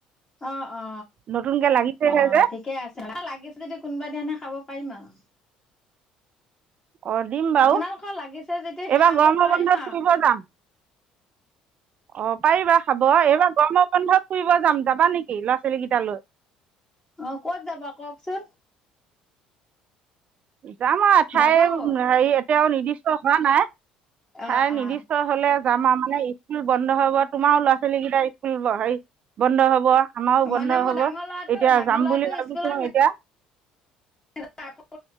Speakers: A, on the left; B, on the right.
A: অ অ অ
B: নতুনকে লাগিছেহে
A: অ
B: যে।
A: ঠিকে আছে, লাগিছে যদি কোনোবা দিনা খাব পাৰিম আৰু।
B: অ দিম বাৰু
A: আপোনালোকৰ লাগিছে যদি
B: এইবাৰ
A: খাব
B: গৰমৰ
A: পাৰিম
B: বন্ধত
A: আৰু
B: ফুৰিব যাম। অ পাৰিবা খাব। এইবাৰ গৰমৰ বন্ধত ফুৰিব যাম যাবা নেকি ল'ৰা ছোৱালী কেইটালৈ?
A: অ ক'ত যাবা কওকচোন?
B: যাম আৰু ঠাই
A: যাব
B: হেৰি
A: ক'ত
B: এতিয়াও নিৰ্দিষ্ট হোৱা নাই।
A: অ
B: ঠাই
A: অ
B: নিৰ্দিষ্ট হলে যাম আৰু মানে স্কুল বন্ধ হব তোমাৰো ল'ৰা ছোৱালী কেইটাৰ স্কুল হেৰি বন্ধ হব। আমাৰও বন্ধ
A: মানে মোৰ
B: হব
A: ডাঙৰ ল'ৰাটো
B: এতিয়া
A: ডাঙৰ
B: যাম
A: ল'ৰাটো
B: বুলি ভাবিছো
A: স্কুলত
B: এতিয়া
A: <unintelligible>